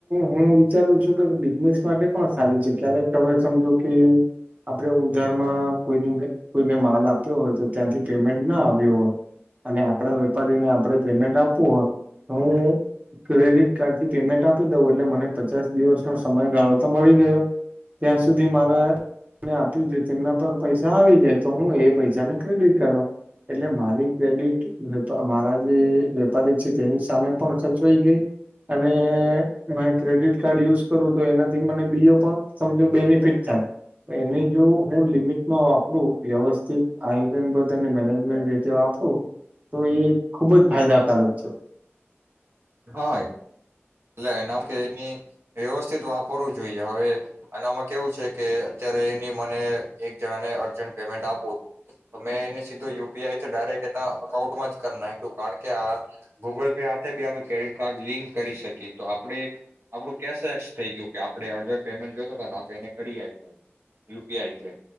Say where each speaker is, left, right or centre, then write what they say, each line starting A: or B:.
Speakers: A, on the right; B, on the right.
A: હું વિચારું છું, તો બિઝનેસ માટે પણ સારી છે. ક્યારેક હવે સમજો. કે આપણે ઉધારમાં કોઈની કોઈને માલ આપ્યો હોય. તો ત્યાંથી પેમેન્ટ ના આવ્યો હોય, અને આપણા વેપારીને આપણે પેમેન્ટ આપવું હોય, તો હું ક્રેડિટ કાર્ડથી પેમેન્ટ આપી દઉં એટલે મને પચાસ દિવસનો સમયગાળો તો મળી. ગયો ત્યાં સુધી મારા આપ્યું છે. તેમના પર પૈસા આવી જાય તો હું, એ પૈસા ને ક્રેડિટ કાર્ડમાં એટલે મારી ક્રેડિટ મારા જે વેપારી છે. તેની સામે પણ સચવાઈ ગઈ, અને હ ક્રેડિટ કાર્ડ યુઝ કરું, તો એનાથી મને બીજો પણ સમજો બેનિફિટ થાય એને જો હું, લિમિટમાં વાપરું વ્યવસ્થિત આયોજનબદ્ધ અને મેનેજમેન્ટ રીતે વાપરું, તો એ ખુબ જ ફાયદાકારક છે.
B: હા <inaudible> કે એની વ્યવસ્થિત વાપરું જોઈએ હવે અનામ કેવું છે, કે અત્યારે એની મને એક જણાને અર્જન્ટ પેમેન્ટ આપું હતું. તો મેં એને સીધું યુપીઆઈ ડાયરેક્ટ એના અકાઉન્ટમાં જ કરી નાખ્યું કારણ કે આ ગુગલ પે હાથે બી આપણે ક્રેડિટ કાર્ડ લિંક કરી શકીએ. તો આપણે એક આપણું કેશલેસ થઈ ગયું કે આપણે અર્જન્ટ પેમેન્ટ જોતો ને આપને કરી યુપીઆઈ